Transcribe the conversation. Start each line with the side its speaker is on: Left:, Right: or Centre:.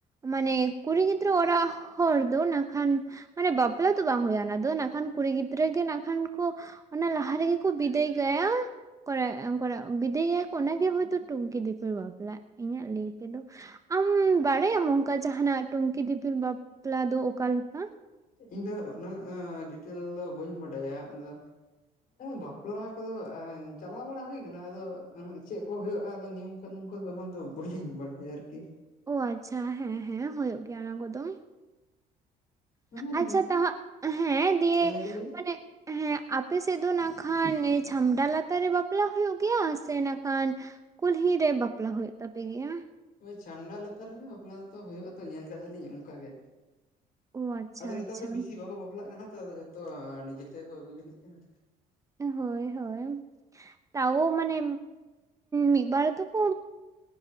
Right: ᱢᱟᱱᱮ ᱠᱩᱲᱤ ᱜᱤᱫᱽᱨᱟᱹ ᱚᱲᱟᱜ ᱦᱚᱲ ᱫᱚ ᱱᱟᱠᱷᱟᱱ ᱢᱟᱱᱮ ᱵᱟᱯᱞᱟ ᱫᱚ ᱵᱟᱝ ᱦᱩᱭᱩᱜᱼᱟ ᱚᱱᱟ ᱫᱚ ᱠᱷᱟᱱ ᱠᱩᱲᱤ ᱜᱤᱫᱽᱨᱟᱹ ᱜᱮ ᱱᱟᱠᱷᱟᱱ ᱠᱚ ᱚᱱᱟ ᱞᱟᱦᱟ ᱨᱮᱜᱮ ᱠᱚ ᱵᱤᱫᱟᱹᱭ ᱠᱟᱭᱟ᱾ ᱠᱚ ᱠᱚ ᱵᱤᱫᱟᱭᱮᱭᱟ ᱚᱱᱟᱜᱮ ᱦᱚᱭᱛᱳ ᱴᱩᱱᱠᱤ ᱫᱤᱯᱤᱞ ᱵᱟᱵᱞᱟ᱾ ᱤᱧᱟᱹᱜ ᱞᱟᱹᱭ ᱛᱮᱫᱚ᱾ ᱟᱢ ᱵᱟᱲᱟᱭᱟᱢ ᱚᱱᱠᱟ ᱡᱟᱦᱟᱱᱟᱜ ᱴᱩᱝᱠᱤ ᱫᱤᱯᱤᱞ ᱵᱟᱯᱞᱟ ᱫᱚ ᱚᱠᱟᱞᱮᱠᱟ᱾
Left: ᱤᱧᱫᱚ ᱩᱱᱟᱹᱜ ᱰᱤᱴᱮᱞ ᱫᱚ ᱵᱟᱹᱧ ᱵᱟᱰᱟᱭᱟ ᱟᱫᱚ ᱵᱟᱯᱞᱟ ᱠᱚᱫᱚ ᱪᱟᱞᱟᱣ ᱵᱟᱲᱟ ᱦᱩᱭ ᱟᱠᱟᱱᱟ ᱟᱫᱚ ᱪᱮᱫ ᱠᱚ ᱦᱩᱭᱩᱜᱼᱟ ᱱᱤᱭ ᱚᱱᱠᱟ ᱫᱚ ᱚᱱᱟ ᱫᱚ ᱵᱟᱹᱞᱤᱧ ᱵᱟᱲᱟᱭᱟ ᱟᱨᱠᱤ
Right: ᱟᱪᱪᱷᱟ ᱦᱮᱸ ᱦᱮᱸ ᱦᱩᱭᱩᱜ ᱜᱮᱭᱟ ᱚᱱᱟ ᱠᱚᱫᱚ᱾
Left: ᱢᱟᱱᱮ
Right: ᱟᱪᱪᱷᱟ ᱛᱟᱦ ᱦᱮᱸ ᱫᱤᱭᱮ
Left: ᱞᱟᱹᱭᱵᱤᱱ
Right: ᱢᱟᱱᱮ
Left: <inaudible>
Right: ᱦᱮᱸ ᱟᱯᱮ ᱥᱮᱫ ᱫᱚ ᱱᱟᱜ ᱠᱷᱟᱱ ᱪᱷᱟᱢᱰᱟ ᱞᱟᱛᱟᱨ ᱨᱮ ᱵᱟᱯᱞᱟ ᱦᱩᱭᱩᱜ ᱜᱮᱭᱟ ᱥᱮ ᱱᱟᱜ ᱠᱷᱟᱱ ᱠᱩᱞᱦᱤ ᱨᱮ ᱵᱟᱯᱞᱟ ᱦᱩᱭᱩᱜ ᱛᱟᱯᱮᱜᱮᱭᱟ᱾
Left: ᱳᱭ ᱪᱷᱟᱢᱰᱟ ᱞᱟᱛᱟᱨ ᱨᱮᱜᱮ ᱵᱟᱯᱞᱟ ᱫᱚ ᱦᱩᱭᱩᱜ ᱟᱛᱚ ᱧᱮᱞ ᱠᱟᱫᱟᱞᱤᱧ ᱚᱱᱠᱟ ᱜᱮ᱾
Right: ᱚ ᱟᱪᱪᱷᱟ
Left: ᱟᱫᱚ ᱱᱮᱛᱟᱨ
Right: ᱟᱪᱪᱷᱟ
Left: ᱫᱚ ᱵᱮᱥᱤ ᱵᱟᱠᱚ ᱵᱟᱯᱞᱟᱜ ᱠᱟᱱᱟ ᱛᱚᱫᱚ ᱡᱚᱛᱚ ᱱᱤᱡᱮ ᱛᱮᱠᱚ ᱟᱹᱜᱩ ᱡᱤᱱᱤᱜ ᱠᱟᱱᱟ᱾
Right: ᱦᱳᱭ ᱦᱳᱭ ᱛᱚ ᱢᱟᱱᱮ ᱢᱤᱫ ᱵᱟᱨ ᱛᱚᱠᱚ